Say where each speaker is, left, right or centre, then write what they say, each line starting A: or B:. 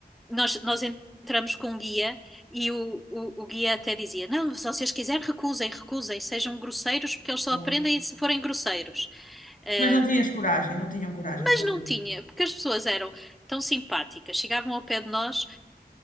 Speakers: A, in the centre; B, on the left.
A: Nós, nós entramos com um guia e o, o, o guia até dizia: Não, se vocês quiserem, recusem, recusem, sejam grosseiros, porque eles só
B: Claro.
A: aprendem se forem grosseiros. Ah,
B: Mas não tinhas coragem, não tinham coragem
A: mas
B: de fazer
A: não
B: isso.
A: tinha, porque as pessoas eram tão simpáticas, chegavam ao pé de nós